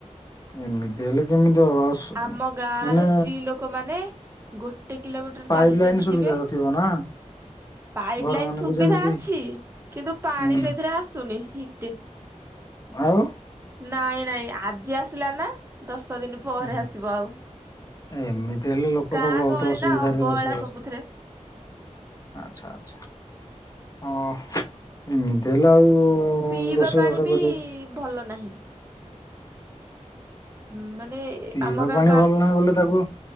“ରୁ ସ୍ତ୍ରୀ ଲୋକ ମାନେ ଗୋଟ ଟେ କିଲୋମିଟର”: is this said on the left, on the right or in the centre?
Right